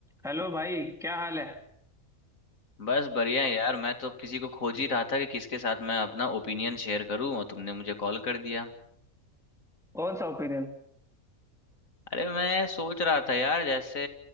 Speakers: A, in the centre; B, on the left (about 70°).
A: Hello भाई क्या हाल है
B: बस बढ़िया है यार मैं तो किसी को खोज ही रहा था कि किसके साथ मैं अपना ओपिनियन शेयर करूं और तुमने मुझे कॉल कर दिया
A: कौन सा ओपिनियन
B: अरे मैं सोच रहा था यार जैसे